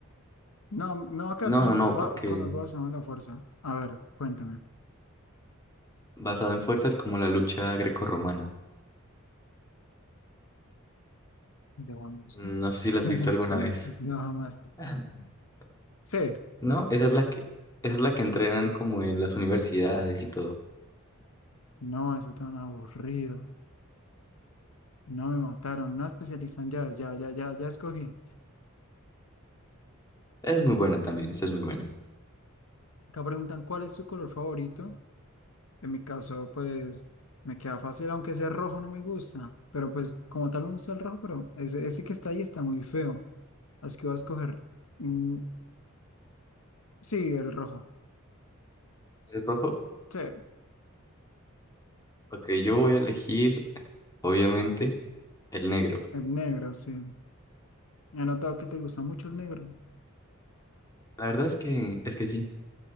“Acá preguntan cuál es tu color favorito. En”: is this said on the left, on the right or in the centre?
Left